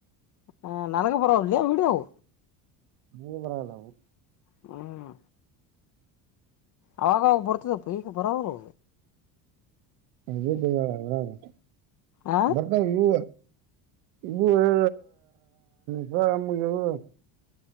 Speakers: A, on the left; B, on the right.
A: ಹ ನನಕ ಪರ ಇಲ್ಲಿಯಾ ವಿಡವು
B: ಮೂ ಬರಲ್ಲವು
A: ಹ್ಮ್ ಅವಾಗಾಗ ಬರ್ತದಪ್ಪ ಈಗ ಬರವಲ್ಲ
B: ಅದ
A: ಆ
B: ಬರ್ತ ಇೂ ಇ ಹೇಳ ನಿರ <unintelligible>